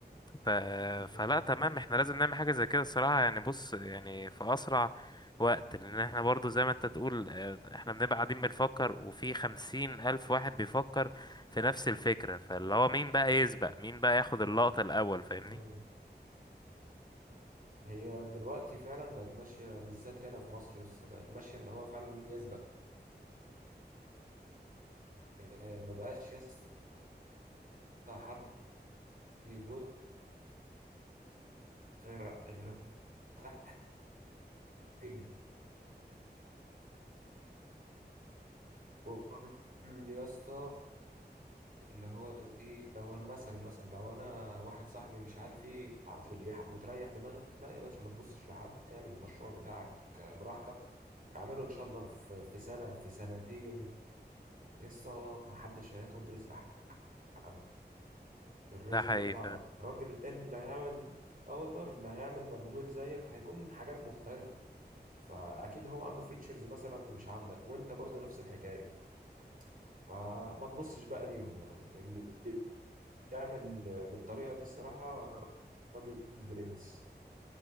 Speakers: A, on the left (about 25°); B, on the right (about 55°).
A: ف... فلا
B: مم.
A: تمام احنا لازم نعمل حاجة زي كده الصراحة يعني بص يعني في اسرع وقت لان احنا برضو زي ما انت تقول اه، احنا بنبقى قاعدين بنفكر وفي خمسين الف واحد بيفكر في نفس الفكرة فاللي هو مين بقى يسبق مين بقى ياخد اللقطة الاول فاهمني
B: مم. هي دلوقتي فعلا بقت ماشيه بالذات هنا في مصر يسطا بقت ماشيه اللي هو فعلا مين يسبق آه ما بقاش يسطا حد يبص غير غير تحت رجله قول يا اسطى اللي هو ايه لو انا مثلا مثلا لو انا واحد صاحبي مش عارف ايه عاطف اللي يلحق وتريح دماغك لا يا باشا ما تبصش لحد اعمل المشروع بتاعك براحتك اعمله ان شاء الله في في سنة في سنتين لسه ما حدش هياخد رزق حد الرزق
A: ده حقيقي
B: ده بتاع
A: فاهم
B: الراجل التاني اللي هيعمل اه والله اللي هيعمل مجهود زيك هيكون حاجات مختلفة فاكيد هو عنده فيتشرز مثلا مش عندك وانت برضه نفس الحكاية فما تبصش بقى ليهم يعني اللي يعمل بالطريقة دي الصراحة راجل برنس